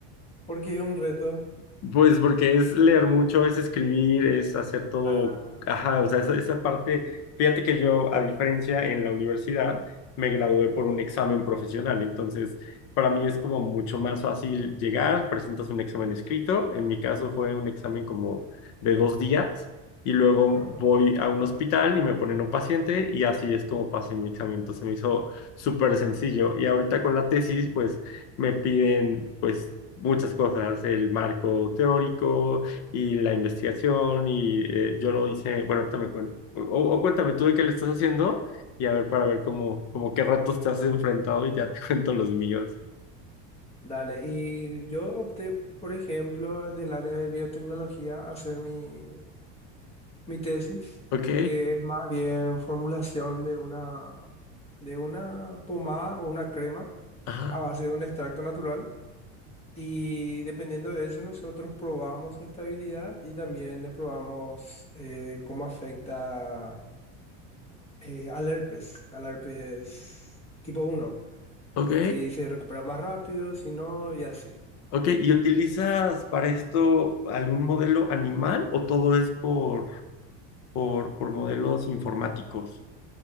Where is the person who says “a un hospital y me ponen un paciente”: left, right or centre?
Left